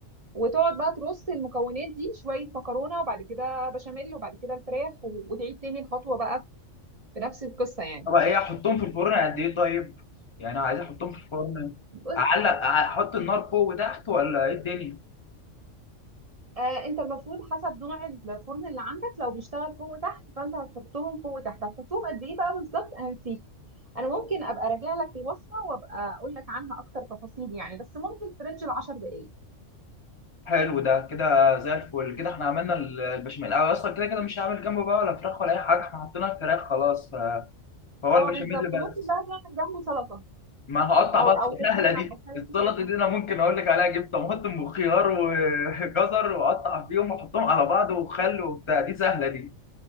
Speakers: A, on the right; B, on the left.
A: وتقعد بقى ترص المكونات دي شوية مكرونة وبعد كده بشاميل وبعد كده الفراخ و- وتعيد تاني الخطوة بقى بنفس القصة يعني
B: طب ايه احطهم في الفرن قد ايه طيب يعني عايز احطهم في الفرن
A: بص
B: اعلق احط النار فوق وتحت ولا ايه الدنيا
A: آه انت المفروض حسب نوع الفرن اللي عندك لو بيشتغل فوق وتحت فانت هتحطهم فوق وتحت هتحطهم قد ايه بقى بالظبط انا نسيت انا ممكن ابقى راجع لك الوصفة وابقى اقول لك عنها اكتر تفاصيل يعني بس ممكن في رينج ال 10 دقايق
B: حلو ده كده زي الفل كده احنا عملنا ال- البشاميل أنا اصلا كده كده مش هعمل جنبه بقى ولا فراخ ولا اي حاجه احنا حطينا الفراخ خلاص ف- فهو
A: اه
B: البشاميل
A: بالظبط
B: بس
A: ممكن بقى تعمل جنبه سلطة
B: ما هقطع
A: او
B: بقى
A: او طحينة
B: سهله دي
A: او حاجة
B: السلطه
A: كده بسيطة.
B: دي انا ممكن اقول لك عليها جبت طماطم وخيار وجزر <laughs> واقطع فيهم واحطهم على بعض وخل وبتاع دي سهله دي